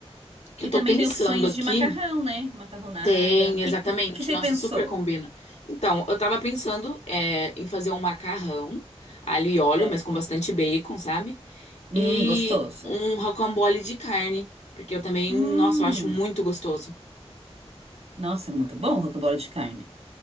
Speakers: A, on the left (about 85°); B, on the right (about 75°).
A: Que
B: E
A: eu tô
B: também
A: pensando
B: tem opções
A: aqui.
B: de macarrão, né? Macarronada.
A: Tem,
B: O que,
A: exatamente.
B: o que você
A: Nossa,
B: pensou?
A: super combina. Então, eu tava pensando é, em fazer um macarrão, alho e óleo,
B: Certo.
A: mas com bastante bacon, sabe?
B: Hum,
A: E
B: gostoso.
A: um rocambole de carne, porque eu também,
B: Hum,
A: nossa, eu acho muito gostoso.
B: nossa, muito bom o rocambole de carne.